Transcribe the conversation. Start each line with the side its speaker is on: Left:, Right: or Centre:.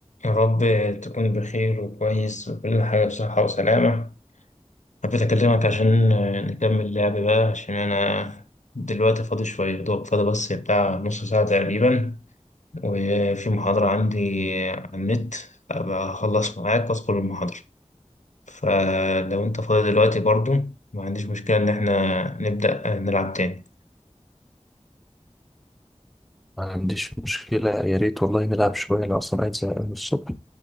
Left: يا رب تكون بخير وكويس وكل حاجة بصحة وسلامة حبيت أكلمك عشان نكمل لعب بقى عشان أنا دلوقتي فاضي شوية يا دوب فاضي بس بتاع نص ساعة تقريبا وفي محاضرة عندي على النت أبقى أخلص معاك وأدخل المحاضرة فلو أنت فاضي دلوقتي برضو ما عنديش مشكلة إن إحنا نبدأ نلعب تاني
Centre: ما عنديش مشكلة يا ريت والله نلعب شوية أنا أصلا قاعد زهقان من الصبح